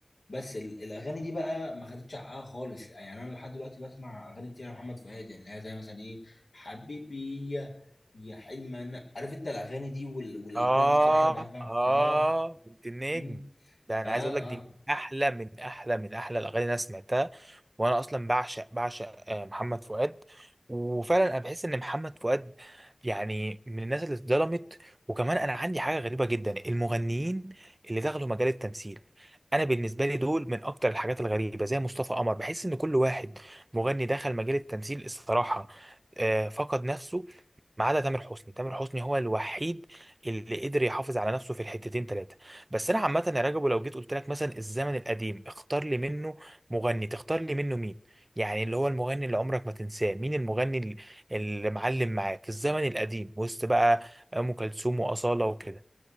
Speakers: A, on the left (about 75°); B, on the right (about 45°).
A: بس ال- الاغاني دي بقى ما خدتش حقها خالص يعني انا لحد دلوقتي بسمع اغاني كتير لمحمد فؤاد يعني اللي هي زي مثلا ايه حبيبي يا يا حلم انا عارف انت الاغاني دي وال... والاجواء
B: اه
A: دي بصراحه انا بحبها
B: اه
A: اه
B: بنت النجم
A: مم.
B: ده انا
A: اه
B: عايز اقول لك دي
A: اه
B: من احلى من احلى من احلى الاغاني اللي انا سمعتها وانا اصلا بعشق بعشق آه، محمد فؤاد وفعلا انا بحس ان محمد فؤاد يعني من الناس اللي اتظلمت وكمان انا عندي حاجه غريبه جدا المغنيين اللي دخلوا مجال التمثيل انا بالنسبه لي دول من اكتر الحاجات الغريبه زي مصطفى قمر بحس ان كل واحد مغني دخل مجال التمثيل الصراحه آه، فقد نفسه ما عدا تامر حسني تامر حسني هو الوحيد اللي قدر يحافظ على نفسه في الحتتين ثلاثه بس انا عامه يا رجب لو جيت قلت لك مثلا الزمن القديم اختار لي منه مغني تختار لي منه مين يعني اللي هو المغني اللي عمرك ما تنساه مين المغني اللي اللي معلم معاك في الزمن القديم وسط بقى ام كلثوم واصاله وكده